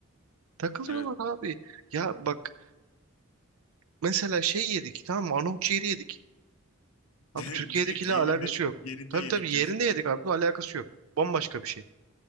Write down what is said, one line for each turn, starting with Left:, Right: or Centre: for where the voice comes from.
Right: Takılıyorlar
Left: Evet.
Right: abi. Ya bak Mesela şey yedik tamam mı? Arnavut ciğeri yedik.
Left: <laughs>
Right: Abi Türkiye'dekiyle
Left: Direkt yerinde
Right: alakası yok.
Left: yerinde
Right: Tabii
Left: yedik
Right: tabii yerinde yedik abi. Alakası yok. Bambaşka bir şey.